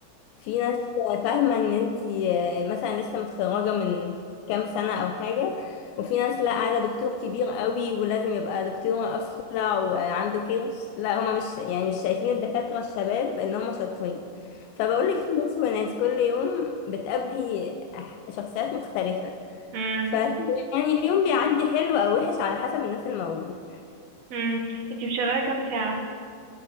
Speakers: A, on the left; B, on the right.
A: في ناس فاهمة ان انتي مثلا لسه متخرجة من كام سنة او حاجة وفي ناس لا عايزة دكتور كبير قوي ولازم يبقى دكتور اصلع وعنده كيرس لا هما مش يعني مش شايفين الدكاترة الشباب ان هما شاطرين فبقولك في ناس وناس كل يوم بتقابلي أح- شخصيات مختلفة
B: امم
A: ف يعني اليوم بيعدي حلو او وحش على حسب الناس الموجودة
B: امم انتي شغاله كام ساعه